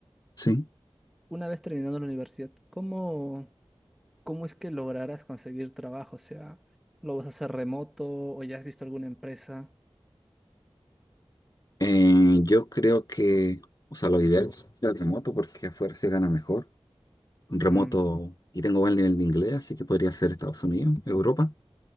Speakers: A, on the left; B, in the centre.
A: Sí.
B: una vez terminando la universidad, ¿cómo, cómo es que lograrás conseguir trabajo? O sea, ¿lo vas a hacer remoto o ya has visto alguna empresa?
A: Eh, yo creo que, o sea, lo ideal es el remoto porque afuera se gana mejor. Un
B: Ujú,
A: Remoto, y tengo buen nivel de inglés, así que podría ser Estados Unidos, Europa.